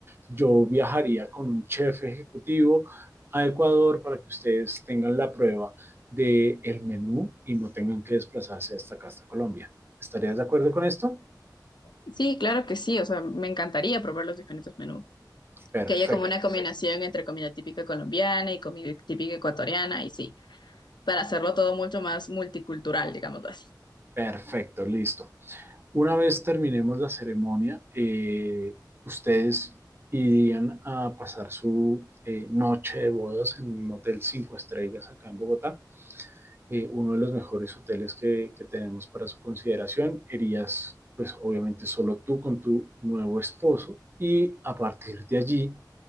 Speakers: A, on the right (about 30°); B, on the left (about 85°).
A: Yo viajaría con un chef ejecutivo a Ecuador para que ustedes tengan la prueba del el menú y no tengan que desplazarse hasta acá, hasta Colombia. ¿Estarías de acuerdo con esto?
B: Sí, claro que sí, o sea, me encantaría probar los diferentes menús.
A: Perfecto,
B: que haya como una combinación entre comida típica colombiana y comida típica ecuatoriana, y sí, para hacerlo todo mucho más multicultural, digámoslo así.
A: perfecto, listo. Una vez terminemos la ceremonia, eh, ustedes irían a pasar su eh, noche de bodas en un hotel cinco estrellas acá en Bogotá, eh, uno de los mejores hoteles que, que tenemos para su consideración. Irías, pues obviamente solo tú con tu nuevo esposo y a partir de allí,